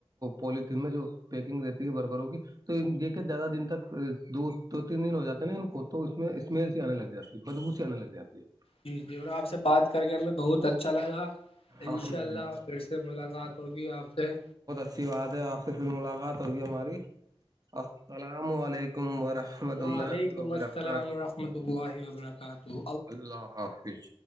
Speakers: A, on the right (about 40°); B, on the left (about 70°).
A: پولیتھین میں جو پیکنگ دیتی ہے برگروں کی تو یہ کہ زیادہ دن تک دو دو تین دن ہو جاتے نا ان کو تو اس میں اسمیل سی آنے لگ جاتے بدبو سے آنے لگ جاتی ہے
B: جی جی اور آپ سے بات کر کے ہمیں بہت اچھا لگا انشاء
A: الحمد للہ
B: اللہ پھر سے ملاقات ہوگی آپ سے
A: اسیف بعات ہے آپ سے پھر ملاقات ہوگی ہماری السلام علیکم ورحمۃ
B: وعلیکم
A: اللہ وبرکاتہ
B: السلام ورحمۃ اللہ وبرکاتہ
A: اللہ حافظ